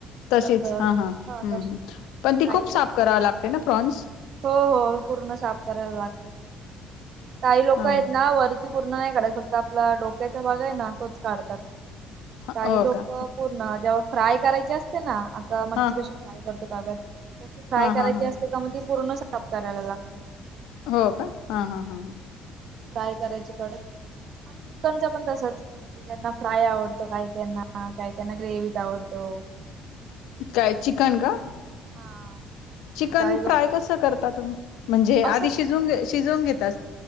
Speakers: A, on the left; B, on the right.
A: तशीच
B: तसं
A: हा हा हम्
B: तसे
A: पण ती
B: काही
A: खूप साफ करावी लागते ना प्रॉन्स
B: हो हो पूर्ण साफ करायला लागते काही लोक
A: हा
B: आहेत ना वर पूर्ण नाही काढत फक्त आपला डोक्याचा भाग आहे ना तोच काढतात
A: हो
B: काही लोक
A: का
B: पूर्ण जेव्हा फ्राय करायचे असते ना आता मच्छी
A: हा
B: फ्राय करतो तव्यात तशी फ्राय
A: हा
B: करायची
A: हा हा
B: असते का मग ती पूर्ण साफ करायला लागते
A: हो का हा हा हा ह
B: काय करायच कडे आणि चिकनचा पण तसाच म्हणजे ज्यांना फ्राय आवडतो काही त्यांना काही त्यांना ग्रेवीत आवडतो
A: काय चिकन का
B: हा
A: चिकन
B: काही लोक
A: फ्राय कस करता तुम्ही म्हणजे
B: असंच
A: आधी शिजवून शिजून घेता